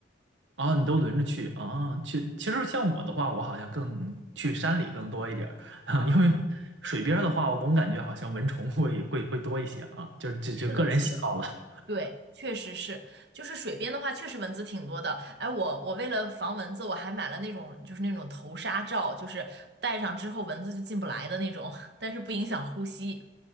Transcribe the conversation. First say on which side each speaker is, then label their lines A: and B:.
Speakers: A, on the right; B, on the right.
A: 啊，你都轮着去啊？去，其实像我的话，我好像更去山里更多一点儿 <laughs>
B: 啊，
A: 啊，因为水边儿的话，我总感觉好像蚊虫会会会多一些啊，就就就个人喜好了
B: 是的，是的。对，确实是，就是水边的话，确实蚊子挺多的。哎，我我为了防蚊子，我还买了那种就是那种头纱罩，就是戴上之后蚊子就进不来的那种，但是不影响呼吸。